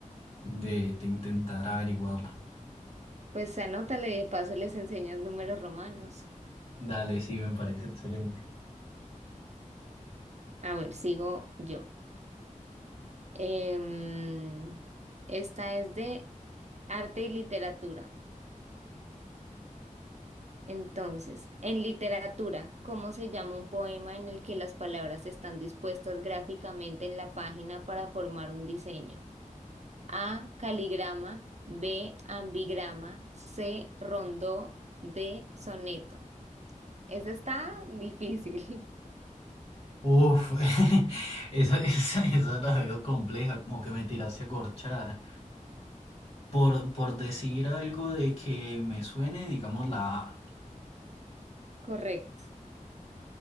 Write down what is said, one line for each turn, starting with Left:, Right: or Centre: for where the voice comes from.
Left: de, de intentar averiguarla.
Right: Pues anótale, de paso les enseñas números romanos.
Left: Dale, sí, me parece excelente.
Right: A ver, sigo yo. Em, esta es de arte y literatura. Entonces, en literatura, ¿cómo se llama un poema en el que las palabras están dispuestas gráficamente en la página para formar un diseño? A, caligrama, B, ambigrama, C, rondó, D, soneto. Esa está difícil.
Left: Uf, <laughs> esa, esa, esa la veo compleja, como que me tiraste a corchar. Por, por decir algo de que me suene, digamos la A.
Right: <laughs> Correcto.